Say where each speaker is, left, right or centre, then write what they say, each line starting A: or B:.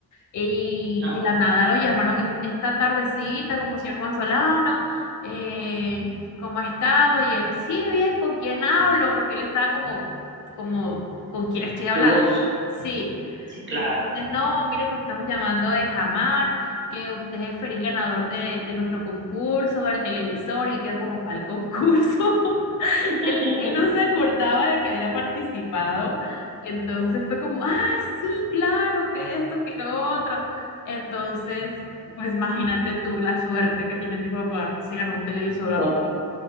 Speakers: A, on the left; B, on the right.
A: Y
B: Ajá.
A: de la nada lo llamaron es- esta tardecita como señor Juan Solano, eh, ¿cómo ha estado? Y él, sí, bien, ¿con quién hablo? Porque él estaba como, como, ¿con quién estoy hablando?
B: Dudoso.
A: Sí.
B: Sí, claro.
A: Entonces, no, mire que lo estamos llamando de Jamar, que usted es el feliz ganador de, de nuestro concurso, del televisor, y él quedó como, ¿cuál concurso? Él,
B: <laughs>
A: él no se acordaba de que había participado, entonces fue como, ah, sí, claro, que esto, que lo otro. Entonces, pues imagínate tú la suerte que tiene mi papá, se ganó un televisor, amor.
B: To-